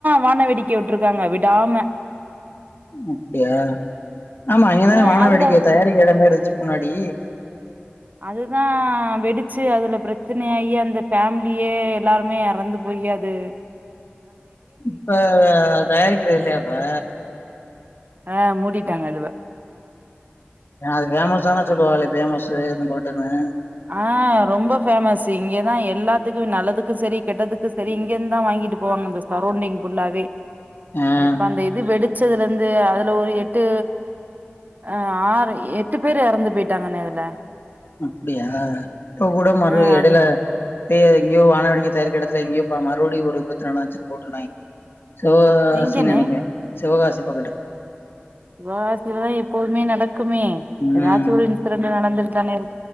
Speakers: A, on the right; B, on the left.
A: வான வேடிக்க வுட்டுருக்காங்க விடாம
B: அப்டியா ஆமா இங்கதானே
A: ஆ
B: வான
A: அதுல
B: வேடிக்க தயாரிக்க இடமே இருக் செப்பனாடி
A: அதுதா வெடிச்சு அதுல பிரச்சனயாயி அந்த ஃபேமிலியே எல்லாருமே எறந்து போய் ரியாது
B: இப்ப தயாரிக்கிறது இல்லயாயிப்போ
A: ஆஹ் மூடிட்டாங்க அதுவ
B: அது பேமஸானு சொல்லுவாலே பேமஸ்ஷூ <unintelligible>
A: ஆஹ் ரொம்ப ஃபேமஸு இங்கதா எல்லாத்துக்கு நல்லதுக்கு சரி கெட்டதுக்கு சரி இங்கிருந்து தான் வாங்கிட்டு வாங்கிட்டு போவாங்க அந்த சர்ரவ்ண்டிங் ஃபுல்லாவே
B: ஆ
A: இப்ப அந்த இது வெடுச் வச்சதுலந்து அதுல ஒரு எட்டு ஆஹ் ஆறு எட்டு பேரு எறந்து போயிட்டாங்கன்னே இதுல
B: அப்படியா இப்ப கூட மறு
A: ஆ
B: எடையில
A: அது
B: இப்பே எங்கயோ வாணவேடிக்கை தயாரிக்கெடத்துல எங்கயோ ப மறுபடி ஒரு பிரச்சனை நடந்துருச்சுன்னு போட்டிருந்தானேஅஞ்சு போட்டுருந்தாங்க சிவகாசி
A: எங்கண்ணே
B: நெனக்கிறன் சிவகாசி பக்கட்டு
A: சிவகாசிலதான் எப்போதுமே நடக்குமே எதாச்சும்
B: ம்
A: ஒரு இன்சிடெண்ட் நடந்துட்டு தானே இருக்